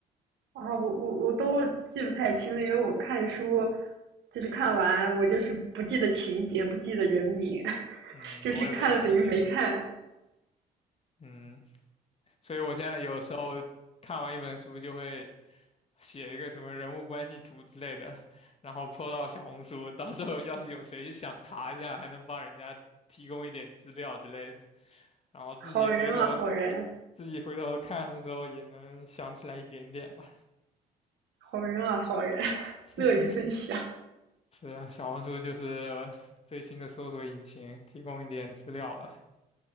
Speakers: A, on the right (about 65°); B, on the left (about 30°).
A: 啊，我我我都记不太清了，因为我看书就是看完，我就是不记得情节，不记得人名，<laughs>
B: 嗯，
A: 就是看了等于没看。
B: 我也不太记。嗯。所以我现在有时候看完一本书就会写一个什么人物关系图之类的，然后 po 到小红书，到时候要是有谁想查一下，还能帮人家提供一点资料之类的，然后自己回头自自己回头看的时候也能想起来一点点吧。
A: 好人啊，好人，好人啊，好人，<laughs>
B: <laughs>
A: 乐于分享。
B: 是啊，小红书就是我最新的搜索引擎，提供一点资料吧。